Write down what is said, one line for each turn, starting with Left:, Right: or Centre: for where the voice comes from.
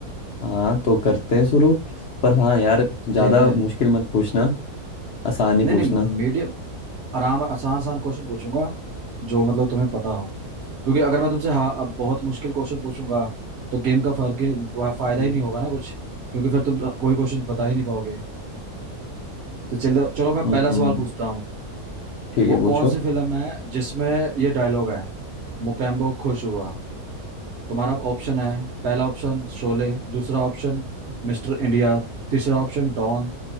Left: हाँ तो करते हैं शुरू पर हाँ यार ज्यादा
Right: ठीक है
Left: मुश्किल मत पूछना आसान ही
Right: नहीं
Left: पूछना
Right: नहीं मीडियम आराम आसान आसान क्वेश्चन पूछूंगा जो मतलब तुम्हें पता हो क्योंकि अगर मैं तुमसे हाँ अब बहुत मुश्किल क्वेश्चन पूछूंगा तो गेम का फर्क ही वा- फायदा
Left: हम्म
Right: ही नहीं होगा ना कुछ क्योंकि फिर तुम कोई क्वेश्चन बता ही नहीं पाओगे तो चलो चलो मैं पहला
Left: हम्म,
Right: सवाल पूछता हूँ
Left: ठीक
Right: वो
Left: है पूछो
Right: कौन सी फिल्म है जिसमें ये डायलॉग है मुकेम्बो खुश हुआ तुम्हारा ऑप्शन है पहला ऑप्शन शोले दूसरा ऑप्शन मिस्टर इंडिया तीसरा ऑप्शन डॉन